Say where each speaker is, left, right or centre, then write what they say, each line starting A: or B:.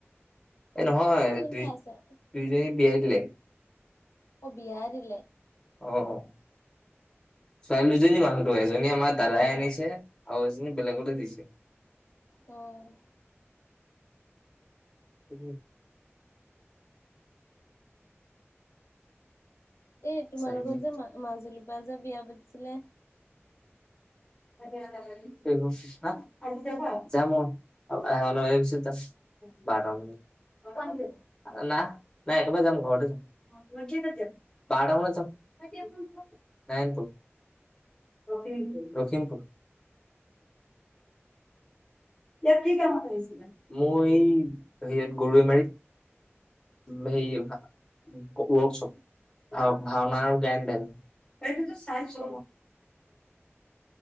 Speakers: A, on the left; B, on the left.
A: এ নহয় দুই
B: ক্লাছত
A: দুইজনী বিয়াই দিলে।
B: অ' বিহাৰী।
A: অ, অ, ছোৱালী দুজনী মানুহ আৰু এজনী আমাৰ দাদাই আনিছে আৰু এজনী বেলেগলে দিছে।
B: অ',
A: <unintelligible>
B: এই তোমালোকৰ
A: চাৰি মিনিট
B: যে মাজুলীৰ পৰা যে বিয়া পাতিছিলে।
A: <unintelligible> বাৰ না নাই একেবাৰে যাম ঘৰতে যাম। বাৰ <unintelligible> <unintelligible> লখিমপুৰ ইয়াত কি কাম কৰিছিলে মই হেয়াত গৰৈ মাৰিত। সে ৱৰ্কশপ। ভ ভাওনা আৰু জ্ঞান <unintelligible> সেইটোতো চাইছো